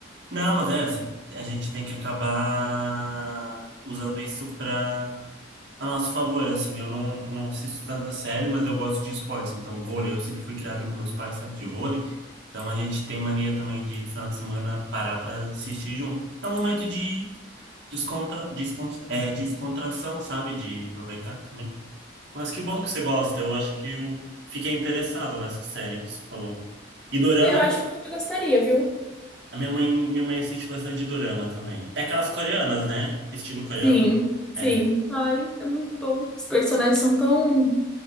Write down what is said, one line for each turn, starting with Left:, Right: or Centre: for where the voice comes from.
Right: Não, mas é, a gente tem que acabar usando isso para a nosso favor, assim, eu não, eu não assisto tantas séries, mas eu gosto de esportes, então vôlei, eu sempre fui criado com meus pais, sabe, de vôlei, então a gente tem mania também de, final de semana, parar pra assistir junto. É um momento de descontra, descon, é, descontração, sabe, de aproveitar também. Mas que bom que você gosta, eu acho que eu fiquei interessado nessa série que você falou. E dorama,
Centre: É, Eu acho que você gostaria, viu?
Right: a minha mãe, minha mãe assiste bastante dorama também. É aquelas coreanas, né? Estilo coreano?
Centre: Sim, sim.
Right: É.
Centre: Ai, é muito bom. Os personagens são tão.